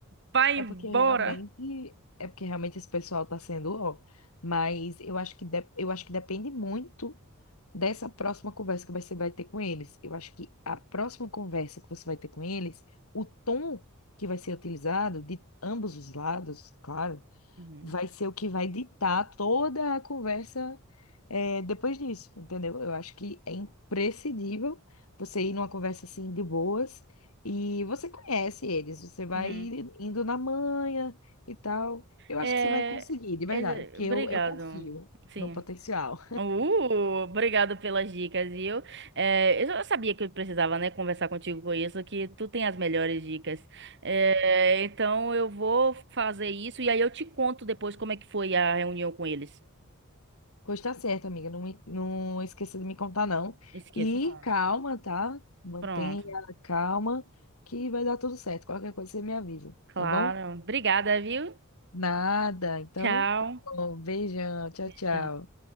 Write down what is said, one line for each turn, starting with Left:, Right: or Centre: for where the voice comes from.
Right: Vai
Left: É
Right: embora.
Left: porque realmente, é porque realmente esse pessoal tá sendo, ó, mas eu acho que de- eu acho que depende muito dessa próxima conversa que você vai ter com eles. Eu acho que a próxima conversa que você vai ter com eles, o tom que vai ser utilizado de ambos os lados, claro,
Right: Uhum.
Left: vai ser o que vai ditar toda a conversa eh, depois disso, entendeu? Eu acho que é imprescindível você ir numa conversa assim de boas e você conhece eles, você vai
Right: Uhum.
Left: indo na manha e tal. Eu
Right: É,
Left: acho que você vai conseguir, de verdade,
Right: é,
Left: porque
Right: obrigado.
Left: eu, eu confio
Right: Sim.
Left: no potencial.
Right: Uh, obrigado pelas dicas, viu? É, eu já sabia que eu precisava, né, conversar contigo com isso, que tu tem as melhores dicas. É, então eu vou fazer isso e aí eu te conto depois como é que foi a reunião com eles.
Left: Pois tá certo, amiga, não, me- não esqueça de me contar, não.
Right: Esqueço,
Left: E
Right: não.
Left: calma, tá? Mantenha
Right: Pronto.
Left: a calma, que vai dar tudo certo. Qualquer coisa você me avisa,
Right: Claro.
Left: tá bom?
Right: Obrigada, viu?
Left: Nada. Então,
Right: Tchau.
Left: tá bom. Beijão. Tchau,
Right: Beijão.
Left: tchau.